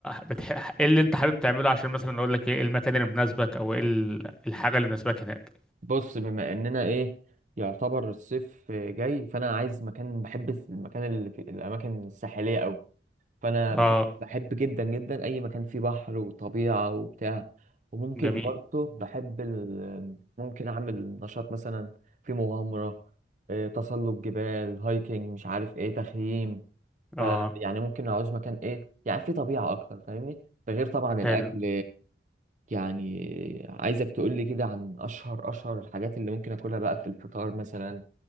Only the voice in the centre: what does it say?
بتح... ايه اللي انت حابب تعمله عشان مثلا أقول لك ايه إيه المكان اللي مناسبك أو ايه ال- الحاجة اللي مناسباك هناك
اه
جميل
اه
حلو